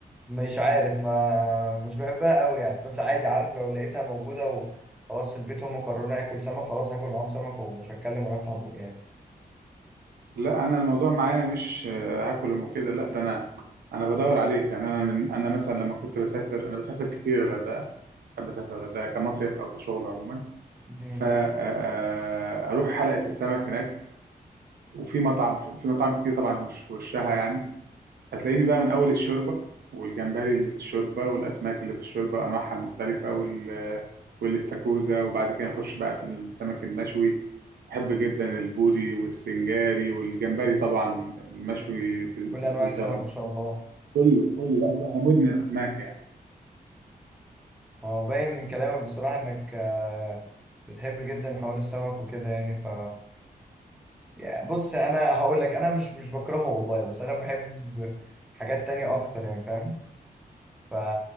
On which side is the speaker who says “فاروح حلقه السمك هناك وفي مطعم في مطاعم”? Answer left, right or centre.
Right